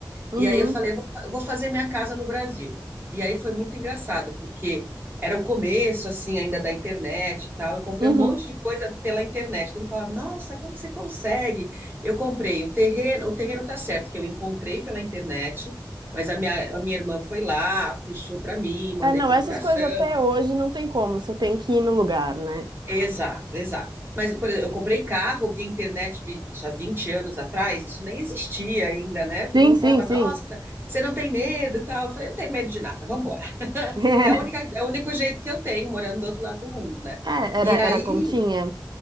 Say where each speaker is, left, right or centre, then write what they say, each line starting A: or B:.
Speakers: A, on the right; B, on the right.
A: uhum,
B: E aí eu falei, eu vou, eu vou fazer minha casa no Brasil. E aí foi muito engraçado, porque era o começo, assim, ainda da internet e tal. Eu comprei
A: uhum.
B: um monte de coisa pela internet. Todo mundo fala, nossa, como você consegue? Eu comprei o terreno, o terreno tá certo, que eu encontrei pela internet, mas a minha, a minha irmã foi lá, fechou para mim, mandei
A: É, não,
B: procuração.
A: essas coisas até hoje não tem como, você tem que ir no lugar, né?
B: Exato, exato. Mas, por exemplo, eu comprei carro via internet vi, isso há anos atrás, isso nem existia ainda, né? Todo
A: Sim,
B: mundo
A: sim,
B: falava,
A: sim.
B: nossa, você não tem medo e tal. Eu falei, não tenho medo de nada, vamos embora. <laughs>
A: <laughs>
B: É a única, é o único jeito que eu tenho, morando do outro lado do mundo, né?
A: É, era,
B: E aí,
A: era como tinha.